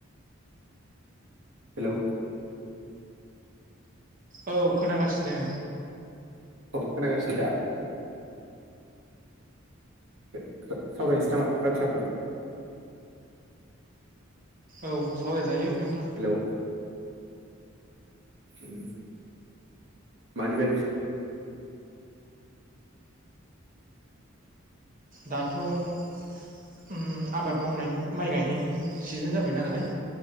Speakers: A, on the right (about 65°); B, on the right (about 40°).
A: हेल'
B: औ खोनागासिनो।
A: औ खोनागासिनो दा? <unintelligible> सावरायनोसै नामा बाथ्राफोर?
B: औ सावरायजायो नोंथां।
A: हेलौ उम मानि बागै
B: दाथ' उम आबाद मावनायनि माइ गायनायनि सिजेन जाबाय नालाय